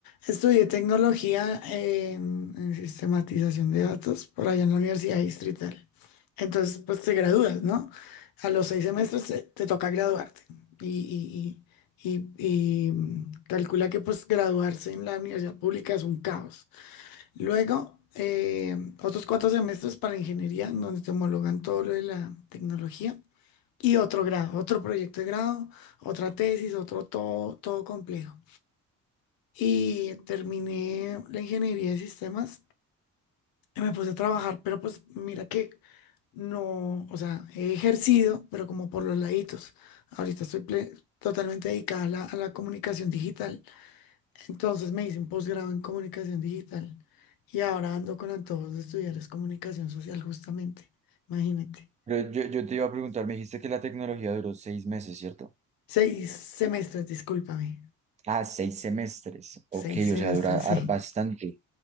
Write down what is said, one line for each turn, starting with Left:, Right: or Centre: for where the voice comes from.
Left: estudié tecnología en, en sistematización de datos por allá en la Universidad Distrital. Entonces, pues te gradúas, ¿no? A los seis semestres te, te toca graduarte. Y, y, y, y, y, mm, calcula que pues graduarse en la universidad pública es un caos. Luego, eh, otros cuatro semestres para ingeniería, donde te homologan todo lo de la tecnología y otro grado, otro proyecto de grado, otra tesis, otro todo, todo complejo. Y terminé la ingeniería de sistemas y me puse a trabajar, pero pues mira que no, o sea, he ejercido, pero como por los laditos. Ahorita estoy ple- totalmente dedicada a la, a la comunicación digital. Entonces me hice un posgrado en comunicación digital y ahora ando con antojos de estudiar es comunicación social justamente. Imagínate.
Right: Yo, yo, yo te iba a preguntar, me dijiste que la tecnología duró seis meses, ¿cierto?
Left: Seis semestres, discúlpame.
Right: Ah, seis semestres.
Left: Seis
Right: Ok,
Left: semestres,
Right: o sea, dura har-
Left: sí.
Right: bastante.